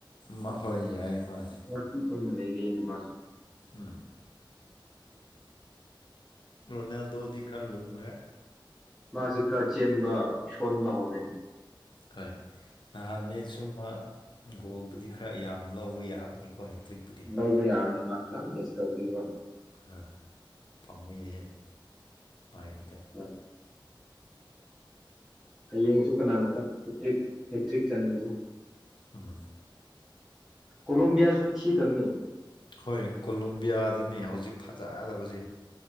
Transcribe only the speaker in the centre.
<unintelligible> ꯂꯩꯔꯤꯅꯦ ꯃꯥꯁꯨ
ꯃꯥꯁꯤ ꯈꯔ ꯆꯦꯟꯕ ꯁꯣꯟꯕ ꯍꯧꯔꯅꯦ
ꯂꯧꯕ ꯌꯥꯔꯅꯤ ꯃꯥ ꯈꯔꯥ ꯃꯤꯁ ꯇꯧꯒꯤꯀꯣ
ꯍꯣꯏ ꯍꯌꯦꯡꯁꯨ ꯀꯅꯥꯅꯀꯥꯟ ꯍꯦꯛꯇ꯭ꯔꯤꯛ ꯍꯦꯛꯇ꯭ꯔꯤꯛ ꯆꯟꯕꯁꯨ
ꯀꯣꯂꯣꯝꯕꯤꯌꯥꯁꯨ ꯊꯤꯗꯕꯅꯦ